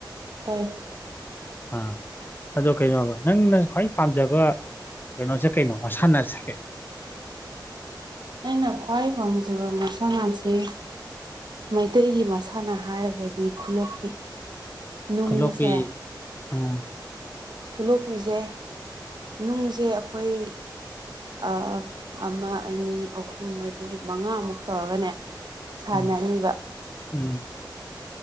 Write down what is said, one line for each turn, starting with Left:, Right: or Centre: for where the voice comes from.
Right: ꯇꯥꯏ
Left: ꯑꯥ ꯑꯗꯣ ꯀꯩꯅꯣꯕ ꯅꯪꯅ ꯈ꯭ꯋꯥꯏ ꯄꯥꯝꯖꯕ ꯀꯩꯅꯣꯁꯦ ꯀꯩꯩꯅꫭ ꯃꯁꯥꯟꯅꯁꯦ
Right: ꯅꯪꯅ ꯈ꯭꯭ꯋꯥꯢ ꯄꯥꯝꯖꯕ ꯃꯁꯥꯅꯁꯦ ꯃꯩꯇꯩꯒꯤ ꯃꯁꯥꯟꯅ ꯍꯥꯏꯔꯒꯗꯤ ꯈꯨꯂꯣꯛꯄꯤ ꯅꯨꯡꯁꯦ
Left: ꯈꯨꯂꯣꯛꯄꯤ ꯑꯥ
Right: ꯈꯨꯂꯣꯛꯄꯤꯁꯦ ꯅꯨꯡꯁꯦ ꯑꯩꯈꯣꯏ ꯑ ꯑꯃ ꯑꯅꯤ ꯑꯍꯨꯝ ꯃꯔꯤ ꯃꯉꯥꯃꯨꯛ ꯇꯧꯔꯒꯅꯦ ꯁꯥꯟꯅꯅꯤꯕ
Left: ꯎꯝ ꯎꯝ